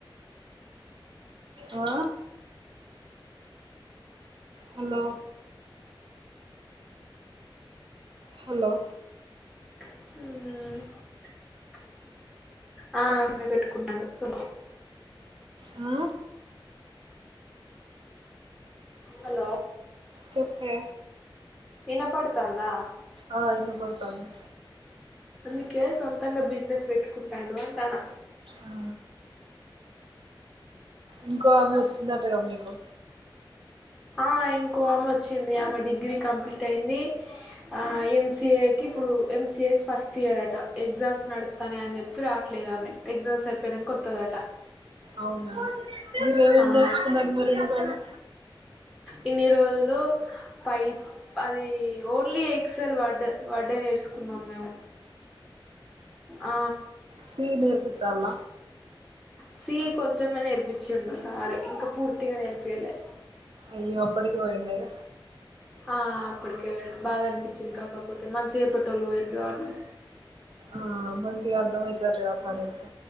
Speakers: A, on the right; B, in the centre.
A: ఆ హలో హాలో
B: ఉమ్ ఆ బిజినెస్ వెట్టుకుంటాండు సో
A: ఆ
B: హాలో
A: చెప్పే
B: ఇనాపడ్తూందా
A: ఆ ఇనపడ్తుంది
B: అందుకే సొంతంగా బిజ్నెస్ పెట్టుకుంటాండు అంటానా
A: ఆ ఇంకో ఆమె ఒచ్చిందటగా మీకు
B: ఆ ఇంకో అమె ఒచ్ చ్చింది. ఆమె డిగ్రీ కంప్లీట్ ఐంది ఆ ఎం. సి. ఏ కిపుడు ఎం. సి. ఏస్ ఫస్ట్ ఇ ఇయరట ఎగ్జామ్స్ నడుత్తనయన్ అని జెప్పి రాట్లేదామె ఎగ్జామ్స్ ఐపోయినంకొత్తదట
A: అవునా మీరేం ఏం ఏం
B: ఆ
A: నేర్చుకున్నార్ మరి ఇన్ని రోజ్లు
B: ఇన్ని రోజులు పై అది ఓన్లీ ఎక్సల్ వాడ్ వడే నేర్సూకు ఉన్నామ్ మేము ఆ
A: సీ నేర్పితాల్ల
B: సీ కొంచమే నేర్పిచ్చిన్డు సార్ ఇంకా పూర్తిగా నేర్పియలే
A: అయ్యో అప్పడికె వోయిండ ఇగ
B: ఆ అప్పటికే వొయ్ండు బాధ అన్పించింది కాకపోతే మంచిగా చెప్పేట్టోల్ పోయిండ్రు కాబట్టి
A: ఆ మంచిగ అర్ధమైతది అట్ల ఆ సార్ చేప్తే